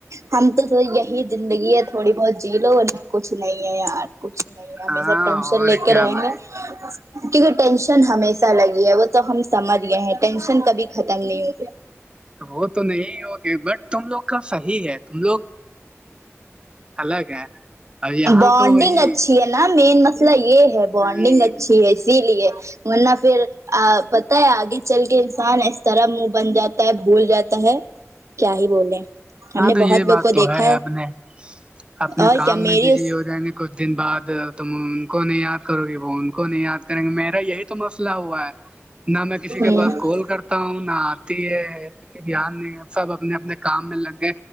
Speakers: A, on the right; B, on the right.
A: ہم تو یہی زندگی ہے تھوڑی بہت جی لو ورنہ کچھ نہیں ہے یار باقی
B: ہاں
A: سب ٹینشن
B: اور
A: لے کے
B: کیا
A: رہیں
B: بھائی
A: گے کیونکہ ٹینشن ہمیشہ لگی ہے وہ تو ہم سمجھ گئے ہیں ٹینشن کبھی ختم نہیں ہوگی
B: تو وہ تو نہیں ہوگے بٹ تم لوگ کا صحیح ہے تم لوگ الگ ہے اور یہاں
A: بائنڈنگ
B: تو وہی
A: اچھی ہے نا مین مسئلہ یہ ہے بانڈنگ
B: ہ
A: اچھی ہے اسی لیے ورنہ پھر آ پتا ہے آگے چل کے انسان اس طرح منہ بن جاتا ہے بھول جاتا ہے کیا ہی بولے ہم
B: ہاں
A: نے
B: تو
A: بہت
B: یہ
A: لوگ
B: بات
A: کو
B: تو
A: دیکھا
B: ہے اپنے اپنے
A: اور
B: کام
A: کیا میری
B: میں بزی
A: اس
B: ہو جائیں گے کچھ دن بعد تم ان کو نہیں یاد کرو گی وہ ان کو نہیں یاد کرینگے میرا یہ تو مسئلہ ہوا ہے نہ میں کسی
A: ہ
B: کے پاس
A: ہ
B: کال کرتا ہوں نہ آتی ہے دھیان دیں سب اپنے اپنے کام میں لگے